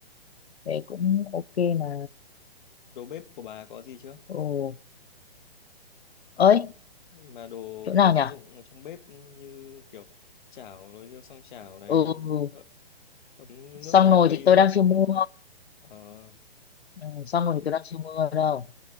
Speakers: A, on the left; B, on the left.
A: Thế cũng ok mà.
B: đồ bếp của bà có gì chưa
A: Ồ, ơi,
B: mà đồ
A: chỗ nào
B: kiểu gia
A: nhỉ?
B: dụng ở trong bếp như kiểu chảo nồi niêu xoong chảo này
A: Ừ, ừ.
B: ờ, ấm
A: xong
B: nước này
A: rồi
B: cây
A: thì tôi
B: nước
A: đang chưa mua.
B: Ờ,
A: Ừ, xong rồi thì tôi đang chưa mua đâu.